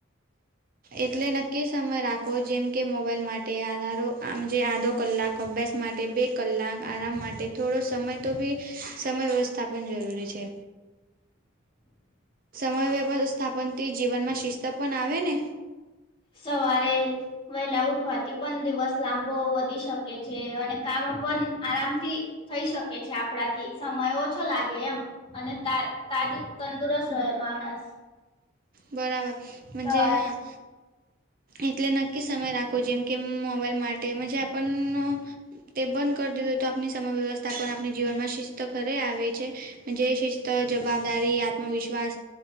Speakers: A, on the right; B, on the left.
A: એટલે નક્કી સમય રાખો જેમ કે મોબાઈલ માટે આધારો આમજ આધો કલાક અભ્યાસ માટે બે કલાક આરામ માટે થોડો સમય તો બી સમય વ્યવસ્થા પણ જરૂરી છે. સમય વ્યવસ્થાપનથી જીવનમાં શિસ્ત પણ આવે ને
B: સવારે વહેલા ઉઠવાથી પણ દિવસ લાંબો વધી શકે છે અને કામ પણ આરામથી થઈ શકે છે આપણાથી સમય ઓછો લાગે એમ અને તા તાજું તંદુરસ્ત માણસ
A: બરાબર
B: સવાર
A: જે હા એટલે નક્કી સમય રાખવો જેમ કે મોબાઈલ માટે તેમજ આપણે પણ <unintelligible> આપની સમય વ્યવસ્થા પણ આપણી જીવનમાં શિસ્ત ઘરે આવે છે જે શિસ્ત જવાબદારી આત્મવિશ્વાસ